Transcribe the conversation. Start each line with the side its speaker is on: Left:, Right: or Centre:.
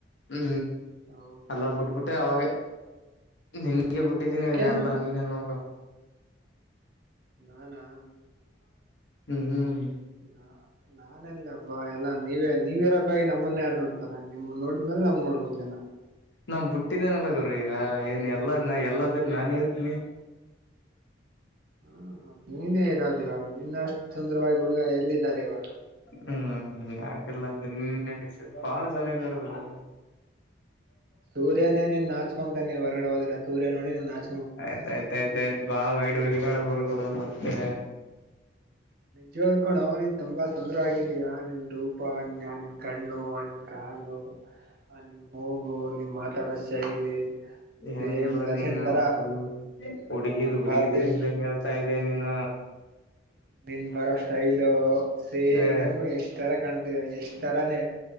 Left: ಹ್ಮ
Right: ಹೌ
Left: ಎಲ್ಲ ಬಿಟ್ಬಿಟ್ಟೆ ಅವಾಗೆ ನನ್ಗೆ ಬಿಟ್ಟಿದ್ದೀನಿ
Right: ಯಾಕೆ
Left: ಈ ಎಲ್ಲಾ ನೀನೇ ನೋಡ್ಕ
Right: ನಾನಾ
Left: ಹ್ಮ
Right: ನಾ ನಾನಲ್ಲಬ್ಬಾ ಎಲ್ಲಾ ನೀವೇ ನೀವ್ ಇರೋಕ್ಕಾಗಿ ನಮ್ಮನ್ನ ಯಾರ್ ನೋಡ್ತಾರೆ ನಿಮ್ ನೋಡಿದ್ಮೇಲೆ ನಮ್ ನೋಡ್ಬೇಕ ಜನ.
Left: ನಾ ಬಿಟ್ಟಿದ್ದೇನಲ್ಲ ಗರು ಈಗ ಏನ್ ಎಲ್ಲಾ ಎಲ್ಲಾದ್ರ ನಾನೇ ಇರ್ತೀನಿ.
Right: ಹ್ಮ ಮತ್ತ ನೀನೇ ಇರೋದು ಇವಾಗ ನಿನ್ನ ಅಷ್ಟು ಸುಂದರವಾಗಿ ಹುಡುಗ ಎಲ್ಲಿದ್ದಾರೆ ಇವಾಗ
Left: ಹ್ಮ ಯಾಕೆಲ್ಲನ್ನ ಇಡ್ ಬಾಳ ಜನ ಇದಾರ ಗುರು
Right: ಸೂರ್ಯನೇ ನೀನ್ನ ನಾಚ್ಕೊಂತ ನೀ ಹೊರಗಡೆೋದ್ರ ಸೂರ್ಯ ನೋಡಿ ನೀ ನಾಕ
Left: ಆಯ್ತಾಯಯ್ತ ಆಯ್ತಾಯ್ತ ಬಾಳ್ ವೈಡ್ ಬೋಗ ಬೇಡ ಊರು ಕೂಡ ಮತ್ತೆ
Right: ನಿಜ್ವ ಹೇಳ್ಕೊಂಡ ಅವ್ನಿ ತುಂಬ ಸುಂದ್ರ ಆಗ ಯಾ ನಿನ್ನ ದುಪ ಯಾ ನಿನ್ನ ಕಣ್ಣು ಆ ನಿನ ಕಾಲು ಅ ನಿನ್ ಮೂಗು ನೀ ಮಾತಾಡೋ ಶೈಲಿ
Left: ಏನ್
Right: ಸೇಮ್
Left: ಗುರು
Right: ದರ್ಶನ್
Left: ನೀನ
Right: ತರ
Left: ಫುಲ್ ಹುಡುಗಿದ ಹುಡುಗಿದ
Right: ಬರ್ತೀನಿ
Left: ಹೇಳ್ದ ತಾ ಇದ ನೀನ
Right: ನಿನ್ ಬರೋ ಸ್ಟೈಲು ಸೇಮ್
Left: ಏ
Right: ಯಶ್ ತರ ಕಾಣ್ತಿದೆ ಯಶ್ ತರಾನೇ